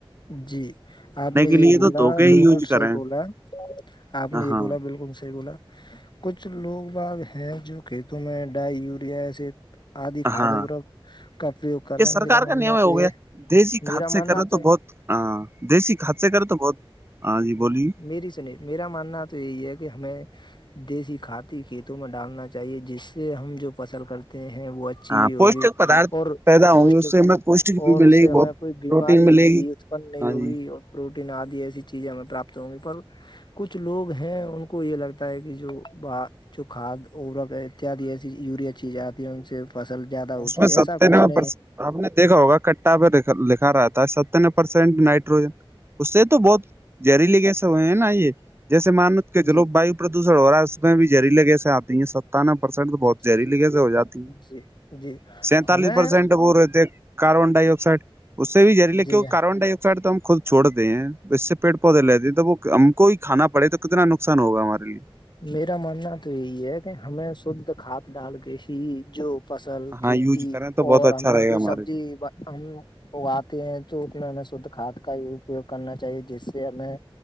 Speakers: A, on the left; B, on the right.
A: جی آپ نے یہ
B: لیے
A: بولا
B: تو دھوکے ہی
A: بالکل
B: یوز کریں
A: صحیح بولا آپ نے یہ
B: ہاں
A: بولا بالکل صحیح بولا کچھ لوگ باغ ہیں جو کھیتوں میں ڈائی یوریا ایسے آدھی کھاد
B: ہاں
A: وو کا اپیگ کر
B: یہ
A: رہے
B: سرکار
A: ہیں میرا ماننا
B: کا نیم ہو
A: تو یہ
B: گیا دیسی کھاد
A: میرا
B: سے
A: ماننا
B: کرے
A: تو
B: بہت ہ دیسی حادہ کریں تو بہت ہاں جی بولیے
A: مری سنیہ میرا ماننا تو یہی ہے کہ ہمیں دیسی کھاتی کھیتوں میں ڈالنا چاہیے جس سے ہم جو فصل کرتے ہیں وہ ا اھی
B: ہاں
A: بھی ہوگی
B: پوشٹک پدارتھ
A: اور
B: پیدا ہوں
A: پٹ
B: گے اس سے ہمیں پوشٹک بھی
A: اور
B: ملے
A: اسے
B: گی
A: ہمیں
B: بہت
A: کوئی بیماری
B: پروٹین ملے
A: بھی
B: گی
A: اتپن نہیں
B: ہاں
A: ہوگی
B: جی
A: اور پروٹین آدی ایسی چیزیں ہمیں پراپت ہوں گی پر کچھ لوگ ہیں ان کو یہ لگتا ہے کہ جو ب جو کھاد او اتیادی ایسی یوریا چیزیں آتی ہیں ان سے فصل زیادہ ہوتی
B: اس میں
A: ہے
B: ستیانوے
A: ایسا کچھ نہیں
B: پرسینٹ آپ نے دیکھا ہوگا کٹا پہ لکھا رہا تھا ست پرسینٹ نائٹروجن اس سے تو بہت زہریلی کییسے ہوئے ہیں نا یہ جیسے مانو کہ جلو
A: جی
B: باو پردوشن ہو رہا ہے اس میں بھی جہری لگہ سے آتی ہیں ستانوے پرسینٹ تو بہت
A: جی
B: جہری لگہ سے ہو جاتی ہیں
A: جی جی
B: سینتالیس
A: ہمیں
B: پرسینٹ وہ رہتے ہیں کاربن ڈائی آکسائڈ اس سے بھی جریلے
A: جی
B: کی کاربن ڈائیک س تو ہم خود چوڑتے ہیں اس سے پیڑ پودے لیتے ہیں تو وہ ہم کو ہی کانا پڑے تو کتنا نقصان ہوگا ہمارے لیے
A: میرا ماننا تو یہی ہے کہ ہمیں شھ کھاد ڈال کے ہی جو فصل کھیتی
B: ہاں یوز کریں تو
A: اور
B: بہت اچھا
A: ہمیں
B: رہے
A: جو
B: گا ہمارے
A: سبزی
B: لیے
A: ہم وہ آتے ہیں تو اس میں ہمیں شھ کھاد کا ہی اپیوگ کرنا چاہیے جس سے ہمیں